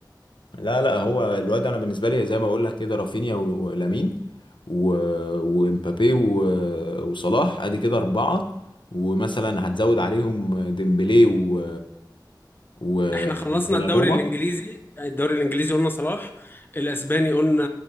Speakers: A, on the left; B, on the left.
A: لا لا هو الواد انا بالنسبه لي زي ما بقول لك كده رافينيا و- ولامين و- ومبابي و- وصلاح ادي كده اربعه ومثلا هتزود عليهم ديمبلي و و-
B: احنا خلصنا
A: ودوناروما
B: الدوري الانجليزي الدوري الانجليزي قلنا صلاح الاسباني قلنا